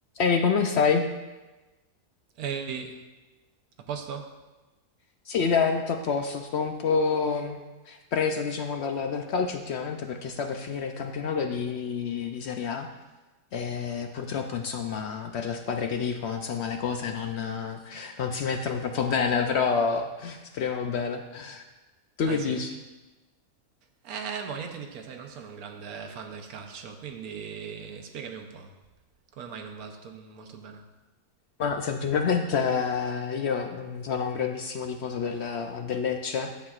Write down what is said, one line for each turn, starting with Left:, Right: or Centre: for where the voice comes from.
Left: Ehi, come stai?
Right: Ehi, a posto?
Left: Sì, dai, tutto a posto. Sto un po' preso, diciamo, dal, dal calcio ultimamente perché sta per finire il campionato di, di Serie A e purtroppo, insomma, per la squadra che tifo, insomma, le cose non, non si mettono troppo bene, però speriamo bene. Tu
Right: Ah
Left: che
Right: sì?
Left: dici?
Right: Eh, mo, niente di che, sai, non sono un grande fan del calcio, quindi spiegami un po'. Come mai non va tutto molto bene?
Left: Ma semplicemente eh, io mm, sono un grandissimo tifoso del, del Lecce